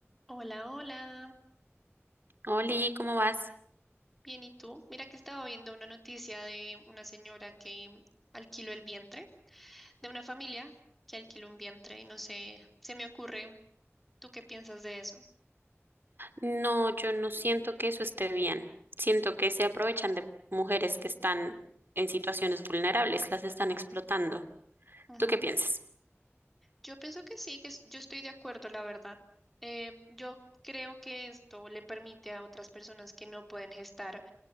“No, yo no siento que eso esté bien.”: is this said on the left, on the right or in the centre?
Right